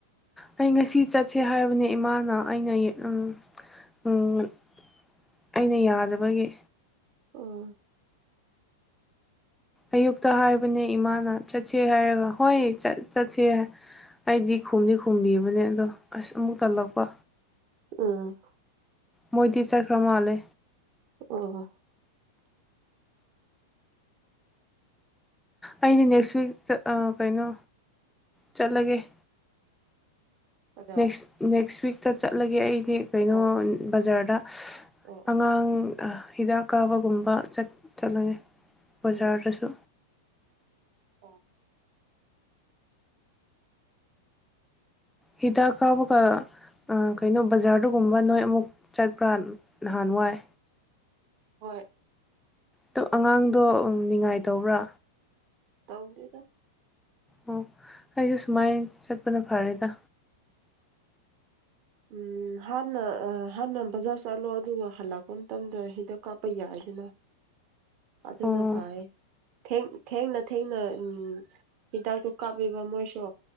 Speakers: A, in the centre; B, on the right.
A: ꯑꯩ ꯉꯁꯤ ꯆꯠꯁꯦ ꯍꯥꯏꯕꯅꯦ ꯏꯃꯥꯅ ꯑꯩꯅ ꯎꯝ ꯎꯝ ꯑꯩꯅ ꯌꯥꯗꯕꯒꯤ
B: ꯑꯣ
A: ꯑꯌꯨꯛꯇ ꯍꯥꯏꯕꯅꯦ ꯏꯃꯥꯅ ꯆꯠꯁꯦ ꯍꯥꯏꯔꯒ ꯍꯣꯏ ꯆꯠ ꯆꯠꯁꯦ ꯑꯩꯗꯤ ꯈꯨꯝꯗꯤ ꯈꯨꯝꯕꯤꯕꯅꯦ ꯑꯗꯣ ꯑꯁ ꯑꯃꯨꯛ ꯇꯜꯂꯛꯄ
B: ꯎꯝ
A: ꯃꯣꯏꯗꯤ ꯆꯠꯈ꯭ꯔ ꯃꯥꯜꯂꯦ
B: ꯑꯣ ꯍꯣ
A: ꯑꯩꯗꯤ ꯅꯦꯛꯁ ꯋꯤꯛ ꯆꯠ ꯑ ꯀꯩꯅꯣ ꯆꯠꯂꯒꯦ
B: ꯑꯣ
A: ꯅꯦꯛꯁ ꯅꯦꯛꯁ ꯋꯤꯛꯇ ꯆꯠꯂꯒꯦ ꯑꯩ ꯗꯤ ꯀꯩꯅꯣꯟ
B: ꯑꯣ
A: ꯕꯖꯥꯔꯗ
B: ꯑꯣ
A: ꯑꯉꯥꯡ ꯑ ꯍꯤꯗꯥꯛ ꯀꯥꯞꯕꯒꯨꯝꯕ ꯆꯠ ꯆꯠꯂꯅꯤ ꯕꯖꯥꯔꯗꯁꯨ
B: ꯑꯣ ꯑꯣ
A: ꯍꯤꯗꯥꯛ ꯀꯥꯞꯄꯒ ꯑ ꯀꯩꯅꯣ ꯕꯖꯥꯔꯗꯨꯒꯨꯝꯕ ꯅꯣꯏ ꯑꯃꯨꯛ ꯆꯠꯄ꯭ꯔꯥ ꯅꯍꯥꯟ ꯋꯥꯏ
B: ꯍꯣꯏ
A: ꯇꯣ ꯑꯉꯥꯡꯗꯣ ꯅꯤꯡꯉꯥꯏ ꯇꯧꯕ꯭ꯔꯥ
B: ꯇꯧꯗꯦꯗ
A: ꯑꯣ ꯑꯩꯖꯨ ꯁꯨꯃꯥꯏꯟ ꯆꯠꯄꯅ ꯐꯔꯦꯗ
B: ꯎꯝ ꯍꯥꯟꯅ ꯑ ꯍꯥꯟꯅ ꯕꯖꯥꯔ ꯆꯠꯂꯣ ꯑꯗꯨꯒ ꯍꯜꯂꯛꯄ ꯃꯇꯝꯗ ꯍꯤꯗꯥꯛ ꯀꯥꯞꯄ ꯌꯥꯏꯗꯅ ꯑꯗꯨꯅ
A: ꯑꯣ
B: ꯐꯔꯦ ꯊꯦꯡ ꯊꯦꯡꯅ ꯊꯦꯡꯅ ꯎꯝ ꯍꯤꯗꯥꯛꯇꯨ ꯀꯥꯞꯂꯤꯕ ꯃꯣꯏꯁꯨ